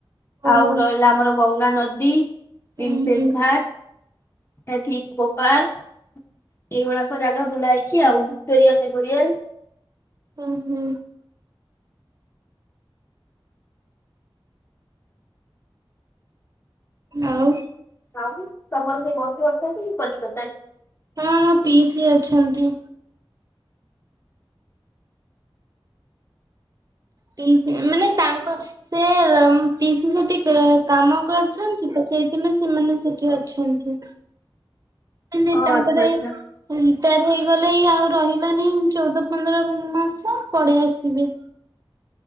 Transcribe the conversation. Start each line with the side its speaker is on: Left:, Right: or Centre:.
Right: ଓହୋ
Left: ଆଉ ରହିଲା ଆମର ଗଙ୍ଗା ନଦୀ <unintelligible>
Right: ହୁଁ ହୁଁ
Left: ହେଁ ଠିକ ଗୋପଲ୍ ଏଇଗୁଡାକ ଜାଗା ବୁଲାଇଛି ଆଉ ଭିକ୍ଟୋରିଆ ମେମୋରିଆଲ।
Right: ହୁଁ- ହୁଁ। ଆଉ।
Left: ମାଉସୀ ତମର କିଏ ବନ୍ଧୁ ଅଛନ୍ତି କି କଲିକତାରେ?
Right: ହୁଁ ପିଇସି ଅଛନ୍ତି। ପିଇସି ମାନେ ତାଙ୍କ ସେ ପିଇସି ସେଠି କାମ କରିୁଛନ୍ତି ତ। ସେଇଥିପାଇଁ ସେମାନେ ସେଠି ଅଛନ୍ତି। ମାନେ
Left: ଓ
Right: ତାଙ୍କର
Left: ଆଚ୍ଛା ଆଚ୍ଛା
Right: ଏଇ ସିଆଡେ ହେଇଗଲେଇ ଆଉ ରହିଲେନି ଚଉଦ ପନ୍ଦର ମାସ ପଳେଇ ଆସ ବି